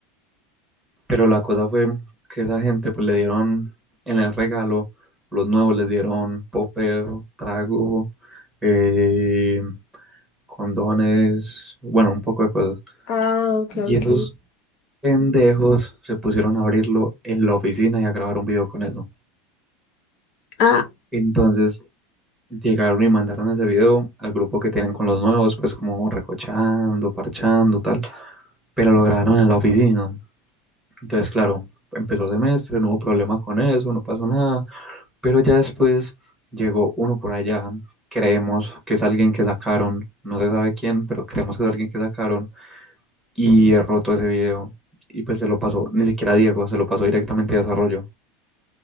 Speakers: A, in the centre; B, on the left.
A: pero la cosa fue que esa gente pues le dieron en el regalo, los nuevos les dieron popper, trago, eh, condones, bueno, un poco de cosas.
B: Ah, ok,
A: Y
B: ok.
A: esos pendejos se pusieron a abrirlo en la oficina y a grabar un video con eso.
B: Ah,
A: Entonces, Llegaron y mandaron ese video al grupo que tienen con los nuevos, pues como recochando, parchando, tal, pero lo grabaron en la oficina. Entonces, claro, empezó semestre, no hubo problema con eso, no pasó nada, pero ya después llegó uno por allá, creemos que es alguien que sacaron, no se sabe quién, pero creemos que es alguien que sacaron y he roto ese video y pues se lo pasó, ni siquiera a Diego, se lo pasó directamente a desarrollo.